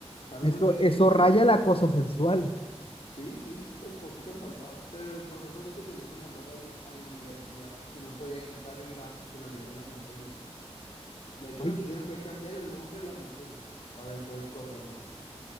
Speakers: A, on the left (about 75°); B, on the left (about 55°).
A: También
B: Esto,
A: una vez
B: eso
A: llegó,
B: raya el acoso sexual.
A: sí, sí, pues poquito le faltaba, pero el profesor ese tenía demandada a uni- a la universidad y no podía quitarle la titularidad de las materias. De hecho,
B: Ay,
A: lo que hicieron fue cambiar el nombre de las materias para poder correrlo.